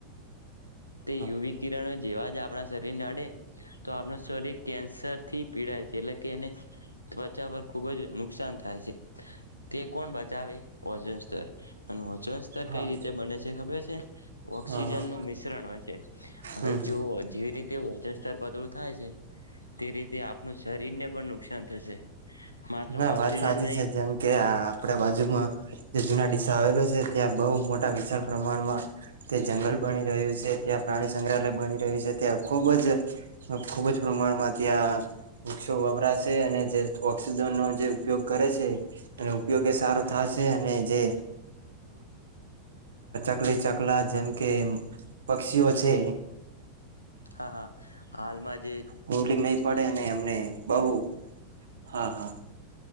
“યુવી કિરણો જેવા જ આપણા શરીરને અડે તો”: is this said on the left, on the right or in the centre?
Left